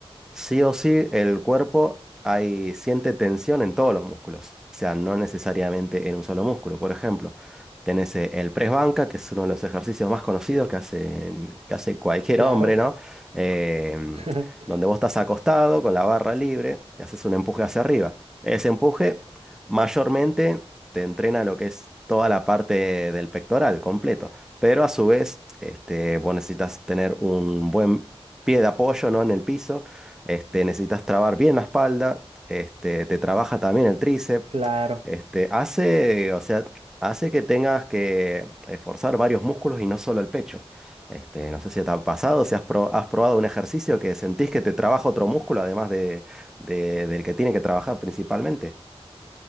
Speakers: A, in the centre; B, on the right (about 70°).
A: Sí o sí, el cuerpo hay, siente tensión en todos los músculos, o sea, no necesariamente en un solo músculo. Por ejemplo, tenés eh, el press banca, que es uno de los ejercicios más conocidos que hacen, que hace cualquier
B: Claro.
A: hombre, ¿no? Eh,
B: <laughs>
A: donde vos estás acostado con la barra libre y haces un empuje hacia arriba. Ese empuje mayormente te entrena lo que es toda la parte del pectoral completo, pero a su vez, este, vos necesitas tener un buen pie de apoyo, ¿no? En el piso este, necesitas trabar bien la espalda, este, te trabaja también el tríceps,
B: Claro.
A: este, hace, o sea, hace que tengas que esforzar varios músculos y no solo el pecho. Este, no sé si te ha pasado, si has, pro- has probado un ejercicio que sentís que te trabaja otro músculo además de, de- del que tiene que trabajar principalmente.